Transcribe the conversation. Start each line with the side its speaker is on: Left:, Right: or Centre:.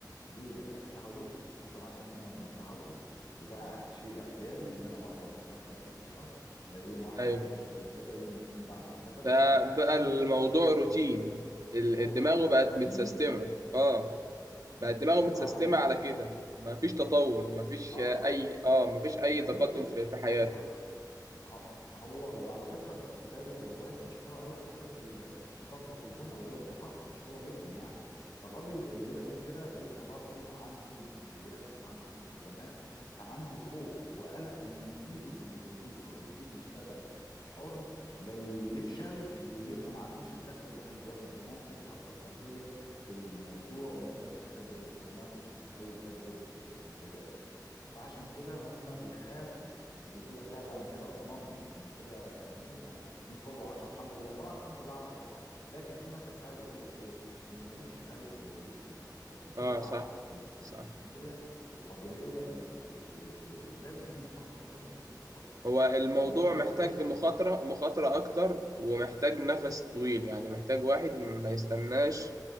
Left: ليه لانك اتعودت حصل عندك نوع من التعود وبقى شيء اعتيادي ان انا بقبض يوم 25 في الشهر آه، يوم واحد
Right: ايوه
Left: ببتدي اشتري كذا يوم اتنين بعمل كذا
Right: فبقى
Left: فبقى في
Right: الموضوع
Left: دايره كده
Right: روتين ال-
Left: هو
Right: الدماغ بقت
Left: روتيني
Right: متسيستمه اه
Left: من
Right: بقت
Left: السيستم
Right: دماغه متسيستمه
Left: على كده
Right: على كده
Left: ب...
Right: مفيش تطور مفيش
Left: اه
Right: آه، اي اه مفيش اي
Left: مفيش
Right: تقدم في في حياته
Left: هو ه- هو وعلى فكره في في دايره الوظائف مشهوره قوي فكره الكومفورت زون او دايره الراحه مشهوره جدا يعني فالراجل اللي بيبقى زي كده بيبقى برضو عنده مسؤوليات وعنده التزامات فعنده خوف وقلق انه يسيب الوظيفه ويبتدي يشتغل حر لا يفشل ويبقى ما عندوش الدخل اللي كان بياخده زمان فيتاثر سلبيا بالموضوع وما يقدرش يسدد التزاماته او يسدد الاحتياجات بتاعته فعشان كده هم بيخافوا ويقول لك لا ده انا كده اضمن لي ده انا كده جميل ده 100 فولو و10 الحمد لله طبعا الحمد لله على كل حاجه لكن في مثل شعبي بيقول لك ايه اللي ملوش قلب ملوش رزق لازم تبقى
Right: اه صح
Left: عندك ال-
Right: صح
Left: الامكانيه والقابليه انك ت... ت... ت... لازم في مخاطره لازم في نسبه مخاطره
Right: هو الموضوع
Left: تمام
Right: محتاج
Left: تخش
Right: مخاطرة
Left: و...
Right: مخاطرة أكتر ومحتاج نفس طويل يعني محتاج واحد ما يستناش